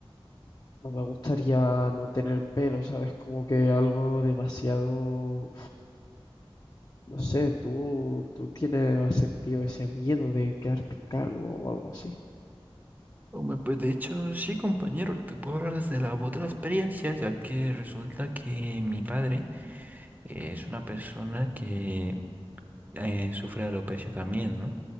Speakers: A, on the left; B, on the right.
A: No me gustaría no tener pelo, ¿sabes? Como que algo demasiado... No sé, tú, tú tienes, has sentido ese miedo de quedarte calvo o algo así.
B: Hombre, pues de hecho, sí, compañero, te puedo hablar desde la voz de la experiencia, ya que resulta que mi padre es una persona que eh, sufre de alopecia también, ¿no?